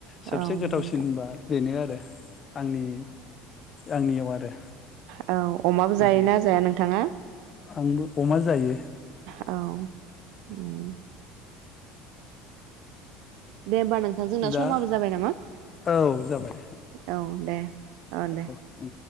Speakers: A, on the left (about 30°); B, on the right (about 70°).
A: सबसे
B: औ नंगौ
A: गोथावसिनबा
B: नोंथां
A: बेनो आरो आंनि आंनियाव आरो।
B: हो औ। अमाबो
A: बिदि
B: जायोना जाया नोंथाङा?
A: आंबो अमा जायो
B: औ औ। दे होमबा नोंथां जोंना
A: दा
B: समाबो जाबाय नामा
A: औ जाबाय
B: औ दे ओ दे।
A: औ